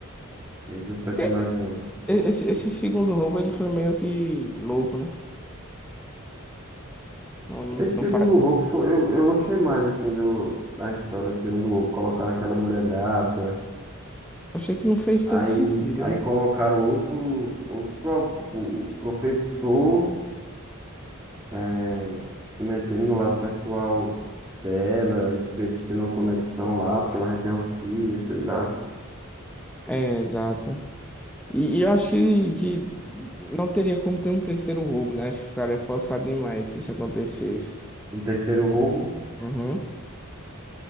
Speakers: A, on the right; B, in the centre.
A: Tem uns personagens
B: Porque
A: novos.
B: esse, esse segundo roubo ele foi meio que louco, né? Não, não,
A: Esse
B: não
A: segundo
B: faz.
A: roubo foi, eu, eu gostei mais assim do, da história do segundo roubo, colocar aquela mulher grávida.
B: Achei que não fez
A: Aí,
B: tanto sentido.
A: aí
B: né?
A: colocaram outro, outros, pro- tipo, o professor eh, se metendo no lado pessoal dela, e tipo, eles tendo uma conexão lá, porque ela vai ter um filho, sei lá.
B: É, exato. E, e eu acho que, que não teria como ter um terceiro roubo, né? Acho que ficaria forçado demais se isso acontecesse.
A: Um terceiro roubo?
B: Uhum.